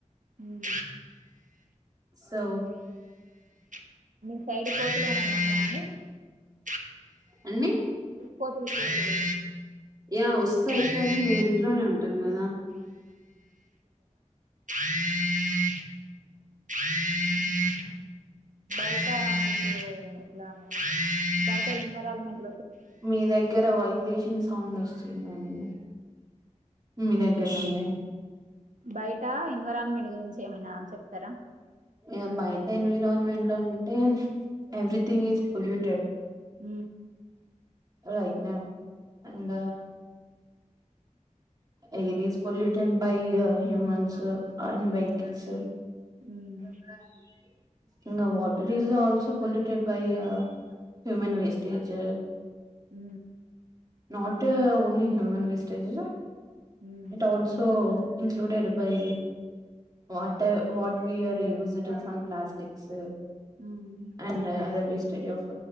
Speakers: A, on the right; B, on the right.
A: హ్మ్.
B: సౌ
A: <unintelligible> <unintelligible>
B: అన్ని
A: కోతులు కోతులు
B: యా వస్తాయి
A: ఆహా!
B: కానీ ఇంట్లోనే ఉంటాం కదా
A: హ <inaudible> బయట మీకు ఇట్లా బయట ఇ న్విరాన్మెంట్
B: మీ దగ్గర వైబ్రేషన్ సౌండ్ వస్తుందండి మీ దగ్గర్నుండి
A: బయిట ఎన్విరాన్మెంట్ గురించి ఏమైనా చెప్తారా
B: ఇక బయిట ఎన్విరాన్మెంట్ అంటే everything is polluted
A: uh
B: right now అంట heirs polluted by humans and vehicles oh
A: హ్మ్.
B: <inaudible> ఇంగ water is also polluted by. Human wastage.
A: Who
B: not only human wastage
A: hmm.
B: It also included by వా what we are used some plastics.
A: Hmm. Hmm.
B: And others స్ట of